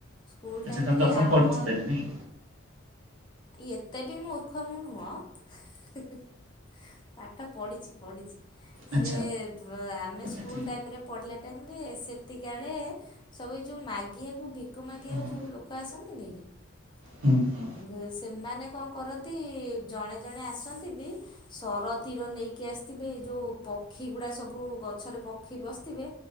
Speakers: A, on the left (about 25°); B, on the right (about 85°).
A: ସ୍କୁଲ
B: ଆଚ୍ଛା,
A: ଟାଇମରେ
B: ତମେ ଦଶମ
A: ଆମ
B: ପଢିଛ ତାହାଲେ ନାଇଁ?
A: ଏତେ ବି ମୂର୍ଖ ମୁଁ ନୁହଁ, ହିଁ ପାଠ ପଢ଼ିଛି ପଢ଼ିଛି।
B: ଆଚ୍ଛା
A: ସେ ଆମେ
B: ଆଚ୍ଛା
A: ସ୍କୁଲ
B: ଠିକ
A: ଟାଇମରେ ପଢିଲେ ଟାଇମରେ ସେତିକି ବେଳେ ସବୁ ଯୋଉ ମାଗିବାକୁ ଭିକ ମାଗିବାକୁ
B: ହଁ ହଁ
A: ସବୁ ଲୋକ ଆସ ସେମାନେ
B: ହୁଁ ହଁ
A: କଣ କରନ୍ତି ଜଣେ ଜଣେ ଆସନ୍ତି। ସର ତୀର ନେଇକି ଆସିଥିବେ ଏ ଯୋଉ ପକ୍ଷୀ ଗୁଡା ସବୁ ଗଛରେ ପକ୍ଷୀ ବସିଥିବେ।